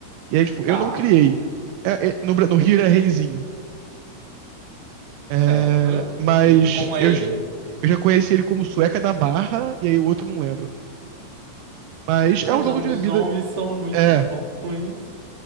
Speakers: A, on the right; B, on the right.
A: E aí, tipo,
B: Tá,
A: eu não criei. É- é- no, Bra- no Rio é Reizinho. É,
B: certo.
A: mas
B: Como é
A: eu,
B: ele?
A: j- eu já conheci ele como Sueca da Barra, e aí o outro eu não lembro. Mas
B: Perdão,
A: é um jogo de
B: os
A: bebida.
B: nomes são muito
A: É,
B: bons.